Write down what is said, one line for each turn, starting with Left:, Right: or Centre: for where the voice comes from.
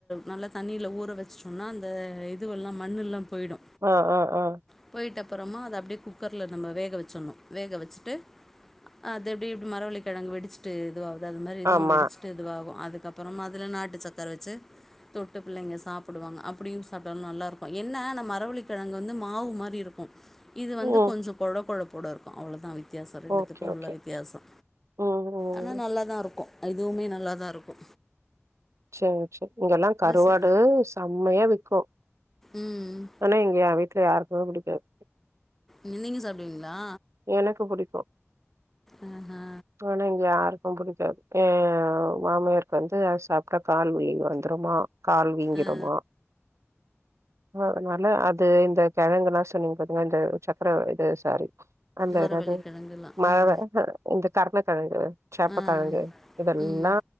Centre: நல்ல தண்ணீல ஊற வெசுடோன்னா அந்த இதுவெல்லா மண்ணுல்லா போய்டு
Right: அ அ அ
Centre: போய்ட்ட அப்புறமா அத அப்டே குக்கர்ல நம்ம வேக வெச்சுடணு வேக வெச்சுட்டு அ அது எப்டி இப் மர வள்ளி கெழங்கு வெடிச்சுட்டு இதுவாவ்து அது மாரி இதுவு
Right: ஆமா.
Centre: வெடிச்சு ட்டு இதுவாவு அதுக்கப்புறம் அதுல நாட்டு சக்கர வெச்சு தொட்டு புள்ளைங்க சாப்புடுவாங்க அப்புடியு சாப்டாலு நல்லாருக்கு என்ன ந மரவளி கிழங்கு வந்து மாவு மாரி இருக்கு இது வந்து
Right: ம்.
Centre: கொஞ்சோ கொழ கொழப்போடருக்கு அவ்ளோதா வித் தியாசோ ரெண்டுத்துக்கு
Right: ஓகே, ஓகே.
Centre: உள்ள வித்தியாசோ
Right: ம், ம்.
Centre: ஆனா நல்லாதாயிருக்கு அ இதுவுமே நல்லாதாயிருக்கு
Right: சேரி சேரி இங்கெல்லா கருவாடு
Centre: ச
Right: செம்மயா விக்கு
Centre: ம்
Right: ஆனா இங்க ஏ வீட்டுல யாருக்குமே புடிக்காது
Centre: நீ நீங்க சாப்பிடுவீங்களா
Right: எனக்கு புடிக்கு
Centre: ஆ ஆ
Right: ஆனா இங்க யாருக்கு புடிக்காது ஏ மாமியருக்கு வந்து அது சாப்ட்டா கால் வழி வந்துருமா கால் வீங்கிடுமா
Centre: ஆ
Right: அ அதுனால அது இந்த கிழங்கெல்லா சொன்னீங்க பாத்தீங்கா இந்த சக்கர இது சாரி அந்த
Centre: மரவள்ளிக்கிழங்குலாம்
Right: எனாது மழ
Centre: ஆ
Right: இந்த கர்ணகெழங்கு சேப்பகெழங்கு
Centre: ஆ
Right: இதெல்லா
Centre: ம்